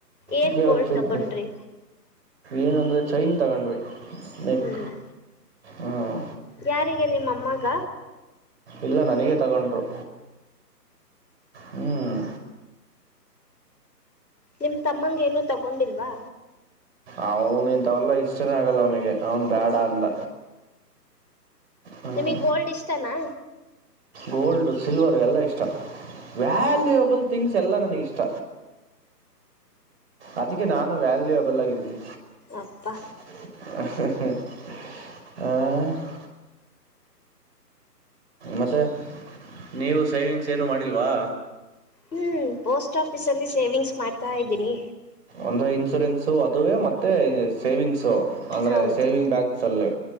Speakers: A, on the left (about 80°); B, on the right (about 40°).
A: ಏನ್
B: ಅದ
A: ಗೋಲ್ಡ್
B: ಒ ಚುಗ್ಗ
A: ತಗೊಂಡ್ರಿ
B: ಏನಂದರೆ ಚೈನ್ ತಗೊಂಡೆ ನೆಕ್
A: ಹ್ಮ್
B: ಹಾಂ
A: ಯಾರಿಗೆ ನಿಮ್ಮ ಅಮ್ಮಗ
B: ಇಲ್ಲ ನನಗೆ ತಗೊಂಡರು ಹ್ಮ್
A: ನಿಮ್ ತಮ್ಮಂಗ ಏನು ತಗೊಂಡಿಲ್ವಾ
B: ಅವನು ಇಂತವಲ್ಲ ಇಷ್ಟನೆೇ ಆಗಲ್ಲ ಅವನಿಗೆ ಅವನ್ ಬೇಡ ಅಂದ ಹ್ಞೂ
A: ನಿಮಗ್ ಗೋಲ್ಡ್ ಇಷ್ಟನಾ
B: ಗೋಲ್ಡ್ ಸಿಲ್ವರ್ ಎಲ್ಲ ಇಷ್ಟ ವ್ಯಾಲ್ಯುಯಬಲ್
A: ಹ್ಮ್
B: ಥಿಂಗ್ಸ್ ಎಲ್ಲ ನನಗಿಷ್ಟ ಅದಕ್ಕೆ ನಾನು ವ್ಯಾಲ್ಯೂಬಲ್ಲಾಗಿದ್ದೀನಿ
A: ಅಪ್ಪ
B: ಹ ಮತ್ತು ನೀವು ಸೇವಿಂಗ್ಸ್ ಏನು ಮಾಡಿಲ್ವಾ
A: ಹ್ಮ್ ಪೋಸ್ಟ್ ಆಫೀಸ್ಲ್ಲಿ ಸೇವಿಂಗ್ಸ್ ಮಾಡ್ತಾ ಇದ್ದೀನಿ
B: ಅಂದ್ರೆ ಇನ್ಸೂರೆನ್ಸು ಅದುವೇ ಮತ್ತೆ ಸೇವಿಂಗ್ಸು ಅಂದ್ರೆ
A: ಹೌದು
B: ಸೇವಿಂಗ್ ಬ್ಯಾಂಕ್ಸ್ ಅಲ್ಲಿ